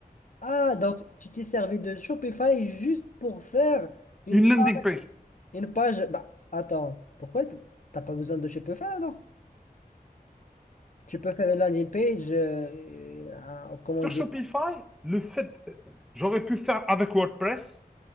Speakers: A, on the left; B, in the centre.
A: Ah, donc tu t'es servi de Shopify juste pour faire une,
B: Une landing
A: pa-
B: page.
A: une page. Bah, attends, pourquoi t- t'as pas besoin de Shopify alors? Tu peux faire une landing page, euh, euh, comment
B: Sur
A: dire?
B: Shopify, le fait, euh, j'aurais pu faire avec WordPress,